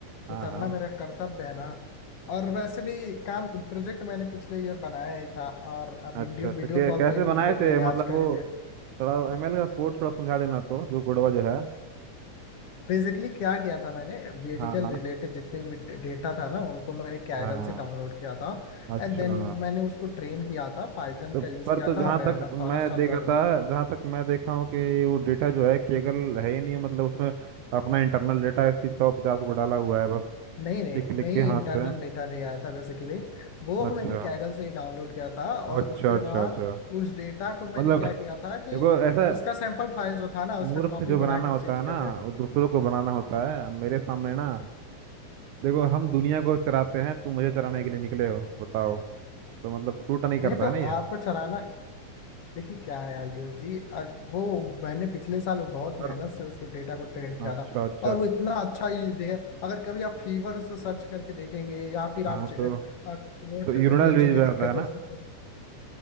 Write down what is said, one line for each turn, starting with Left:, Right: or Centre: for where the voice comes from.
Right: हाँ
Left: उतरना
Right: हाँ
Left: मेरा कर्तव्य है ना और वैसे भी काम प्रोजेक्ट मैंने पिछले ईयर बनाया ही था और अब वीडियो
Right: अच्छा अच्छा
Left: वीडियो
Right: कै,
Left: कॉल
Right: कैसे
Left: तो इंटीग्रेट
Right: बनाए थे
Left: मैंने आज
Right: मतलब
Left: कर
Right: वो
Left: ही दिया
Right: थोड़ा एमएल का कोड थोड़ा समझा देना तो जो कोडवा जो है
Left: बेसिकली क्या किया था मैंने मेडिकल
Right: हाँ हाँ
Left: रिलेटेड जितने भी डेटा था ना उनको मैंने कैगल
Right: हाँ
Left: से डाउनलोड किया था
Right: अच्छा
Left: एंड देन मैंने उसको ट्रेन किया था पाइथन
Right: तो
Left: का यूज
Right: पर
Left: किया
Right: तो जहाँ
Left: था और रैंडम
Right: तक
Left: फॉरेस्ट
Right: मैं
Left: एल्गोरिदम
Right: देखा था जहाँ तक मैं देखा हूँ कि वो डेटा जो है केगल है ही नहीं मतलब उसमें अपना इंटरनल डेटा ऐसी सौ पचास को डाला हुआ है बस
Left: नहीं नहीं
Right: लिख लिख
Left: नहीं
Right: के
Left: इंटरनल
Right: हाथ से
Left: डेटा नहीं आया था बेसिकली वो
Right: अच्छा
Left: मैंने कैगल से ही डाउनलोड किया था और
Right: अच्छा
Left: उसके
Right: अच्छा
Left: बाद
Right: अच्छा
Left: उस डेटा को मैंने
Right: मतलब
Left: क्या किया था कि
Right: देखो ऐसा
Left: उसका सैंपल फाइल जो था ना उसका
Right: मूर्ख
Left: कॉपी
Right: जो बनाना
Left: बना के
Right: होता
Left: चेंज
Right: है
Left: कर
Right: ना
Left: दिया
Right: वो दूसरों को बनाना होता है अब मेरे सामने ना देखो हम दुनिया को चराते हैं तुम मुझे चराने के लिए निकले हो बताओ तो मतलब सूट नहीं करता
Left: नहीं तो
Right: है ना ये
Left: आपको चलाना देखिए क्या है आयुष जी अ, वो मैंने पिछले साल बहुत
Right: और
Left: मेहनत से उसको डेटा को ट्रेंड किया
Right: अच्छा
Left: था
Right: अच्छा
Left: और वो इतना अच्छा ही दे अगर कभी आप फीवर उसको सर्च करके देखेंगे या फिर
Right: हाँ
Left: आप च-
Right: तो
Left: अ, थ्रोट
Right: तो यूरिनल
Left: में
Right: रिज
Left: जो भी
Right: पे
Left: दिक्कत
Right: आता है ना
Left: है उसको